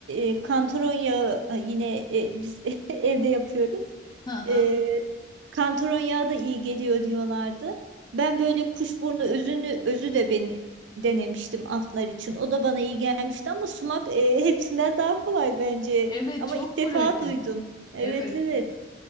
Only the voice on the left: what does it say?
<laughs>
Evet,
çok
pratik.
Evet.